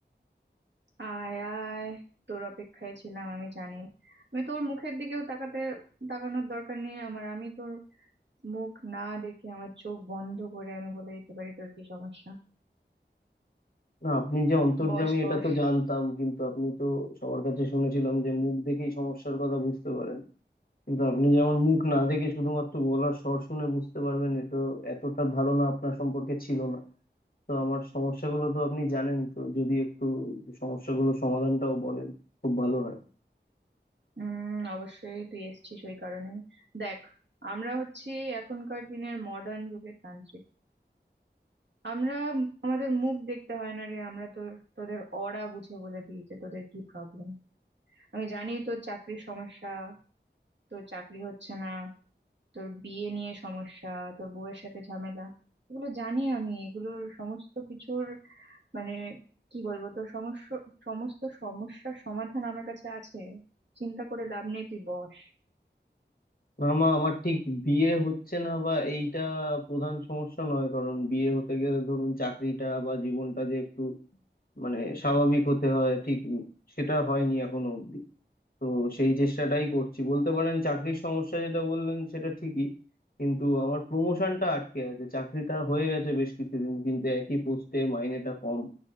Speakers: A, on the right; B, on the left.
A: আয় আয় তোর অপেক্ষায় ছিলাম আমি জানি আমি তোর মুখের দিকেও তাকাতে তাকানোর দরকার নেই আমার আমি তোর মুখ না দেখে আমার চোখ বন্ধ করে আমি বলে দিতে পারি তোর কি সমস্যা
B: না আপনি যে অন্তর্যামী
A: বস বস
B: এটা তো জানতাম কিন্তু আপনি তো সবার কাছে শুনেছিলাম যে মুখ দেখেই সমস্যার কথা বুঝতে পারেন কিন্তু আপনি যে আমার মুখ না দেখে শুধুমাত্র গলার স্বর শুনে বুঝতে পারবেন এটা এতটা ধারণা আপনার সম্পর্কে ছিল না তো আমার সমস্যাগুলো তো আপনি জানেন তো যদি একটু সমস্যাগুলো সমাধানটাও বলেন খুব ভালো হয়
A: উম অবশ্যই তুই এসেছিস ওই কারণে দেখ আমরা হচ্ছি এখনকার দিনের মডার্ন যুগের তান্ত্রিক আমরা আমাদের মুখ দেখতে হয় না রে আমরা তোর তোদের অরা বুঝে বলে দিই যে তোদের কি প্রবলেম আমি জানি তোর চাকরির সমস্যা তোর চাকরি হচ্ছে না তোর বিয়ে নিয়ে সমস্যা তোর বউয়ের সাথে ঝামেলা এগুলো জানি আমি এগুলোর সমস্ত কিছুর মানে কি বলবো তোর সমস্যা সমস্ত সমস্যার সমাধান আমার কাছে আছে চিন্তা করে লাভ নেই তুই বস
B: না মা আমার ঠিক বিয়ে হচ্ছে না বা এইটা প্রধান সমস্যা নয় কারণ বিয়ে হতে গেলে ধরুন চাকরিটা বা জীবনটা যে একটু মানে স্বাভাবিক হতে হয় ঠিক সেটা হয়নি এখনো অব্দি তো সেই চেষ্টাটাই করছি বলতে পারেন চাকরির সমস্যা যেটা বললেন সেটা ঠিকই কিন্তু আমার প্রমোশনটা আটকে আছে চাকরিটা হয়ে গেছে বেশ কিছুদিন কিন্তু একই পোস্টে মাইনেটা কম